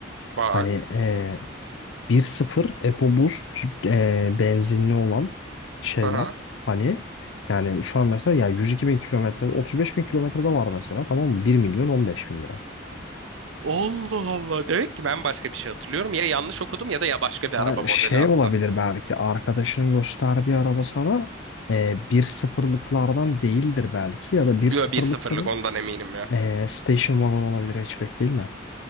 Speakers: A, on the right; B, on the left.
A: Bak.
B: Hani e, bir sıfır EcoBoost e, benzinli olan şeyler
A: <laughs>
B: hani yani şu an mesela ya 102 bin kilometre 35 bin kilometrede var mesela tamam mı bir milyon 15 bin lira.
A: Allah Allah. Demek ki ben başka bir şey hatırlıyorum. Ya yanlış okudum ya da ya başka bir
B: Hayır
A: araba modeli
B: şey
A: attı.
B: olabilir belki arkadaşının gösterdiği araba sana e, bir sıfırlıklardan değildir belki ya da bir sıfırlıksa
A: Yo bir 0lık
B: bir,
A: ondan eminim ya.
B: e, station wagon olabilir hatchback değil mi?